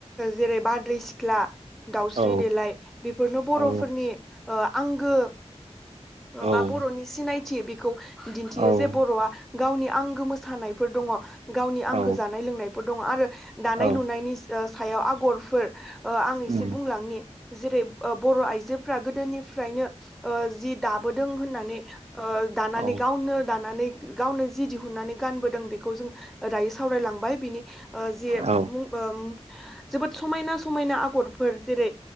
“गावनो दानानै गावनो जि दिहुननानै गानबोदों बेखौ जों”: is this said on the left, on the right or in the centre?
Centre